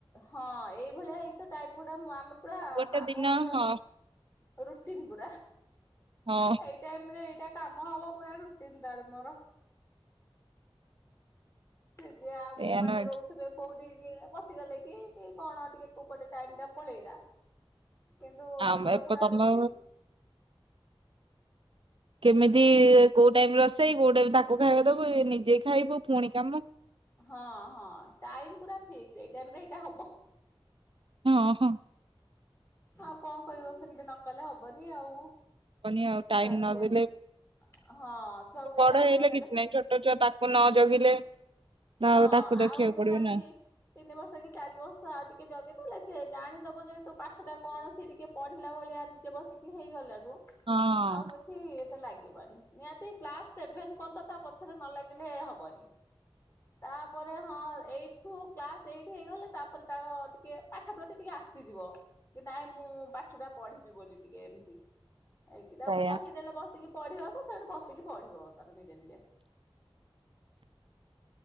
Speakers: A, on the left; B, on the right.
A: ହଁ ଏଇଭଳିଆ ହେଇକ ଟାଇମ ଗୁଡା ମ ଆମର ପୁରା
B: ଗୋଟେ
A: ମା
B: ଦିନ
A: ପୁଅଙ୍କର
B: ହଁ
A: ରୁଟିନ ପୁରା
B: ହଁ
A: ଏଇ ଟାଇମ ରେ ଏ କାମ ହବ ପୁରା ରୁଟିନ ତାର ମୋର ସେ ଯେ ଆଉ
B: ସେଇଆ
A: ମାନେ
B: ନୁହେଁ
A: ରହୁଥିବେ
B: କି
A: କୋଉ ବସିଗଲେ କି କି କଣ ଟିକେ କୋଉପଟେ ଟାଇମ ଟା ପଳେଇଲା। କିନ୍ତୁ
B: ଆମ
A: ଆମର
B: ଏପ
A: ପୁରା
B: ତମ
A: ରୁଟିନ୍
B: କେମିତି କୋଉ ଟାଇମରେ ରୋଷେଇ କୋଉ ଟାଇମ ତାକୁ ଖାଇବାକୁ ଦବୁ ନିଜେ ଖାଇବୁ ପୁଣି କାମ
A: ହଁ ହଁ ଟାଇମ ପୁରା ଫିକ୍ସ ଏଇ ଟାଇମ୍ ରେ ଏଇଟା ହବ
B: ହଁ ହଁ
A: ଆଉ କଣ କରିବ ସେମିତି ନ କଲେ ହବନି ଆଉ।
B: ହବନି ଆଉ ଟାଇମ
A: ଛୁଆ
B: ନ
A: ଟିକେ
B: ନଦେଲେ
A: ହଁ ଛୁଆକୁ ଟିକେ
B: ବଡ
A: ଟାଇମ
B: ହେଲେ
A: ନଦେଲେ
B: କିଛି
A: ସେ
B: ନାହିଁ ଛୋଟ ଛୁଆ ତାକୁ ନ ଜଗିଲେ ଆଉ
A: ହଁ
B: ତାକୁ ଦେଖିବାକୁ
A: ଆଉ ନିହାତି
B: ପଡିବ ନା
A: ତିନି ବର୍ଷ କି ଚାରି ବର୍ଷ ଆଉ ଟିକେ ଜଗିଦଲେ ସେ ଜାଣିଦବ ଯେହେ ତୁ ପାଠ ଟା କଣ ସିଏ ଟିକେ ପଢିଲା ଭଳିଆ ନିଜେ ବସିକି ହେଇଗଲା ଓଁ
B: ହଁ
A: ଆଉ କିଛି ତ ଲାଗିବନି ନିହାତି କ୍ଲାସ ସେଭେନ ପର୍ଯ୍ୟନ୍ତ ତା ପଛରେ ନ ଲାଗିଲେ ହବନି। ତାପରେ ହଁ ଏଇଠୁ କ୍ଲାସ ଏଇଟ ହେଇଗଲେ ତାପରେ ତାର ଟିକେ ପାଠ ପ୍ରତି ଟିକେ ଆସିଯିବ କି ନାଇଁ ମୁଁ ପାଠ ଟା ପଢିବି ବୋଲି ଟିକେ ଏମିତି ହେଇକି ତାଉ
B: ସେଇଆ
A: କହିଦେଲେ ବସିକି ପଢିବାକୁ ସେଠୁ ବସିକି ପଢିବ ତାର ନିଜେ ନିଜେ